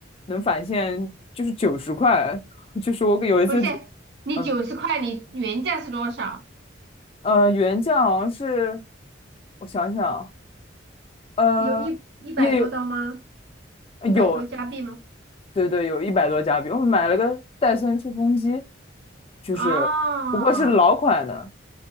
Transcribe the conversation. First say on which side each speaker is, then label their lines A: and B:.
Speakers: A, on the left (about 30°); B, on the right (about 55°).
A: 能返现就是九十块，<laughs> 就是我有一次只，
B: 不是，你九十块，
A: 嗯
B: 你原价是多少？
A: 呃，原价好像是，我想想啊，呃，
B: 有一一百多刀吗？
A: 也有。有
B: 一百多加币吗？
A: 对对，有一百多加币，我买了个戴森吹风机，就是不过是老款的，
B: 哦，